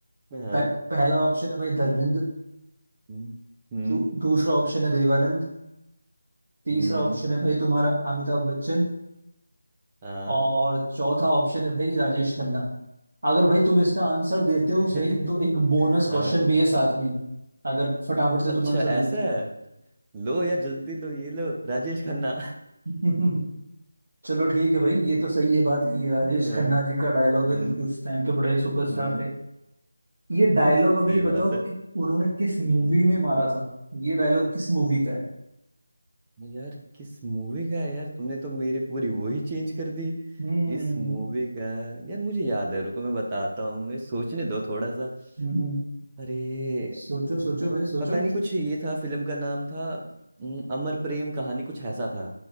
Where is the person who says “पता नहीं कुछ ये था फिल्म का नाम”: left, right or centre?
Right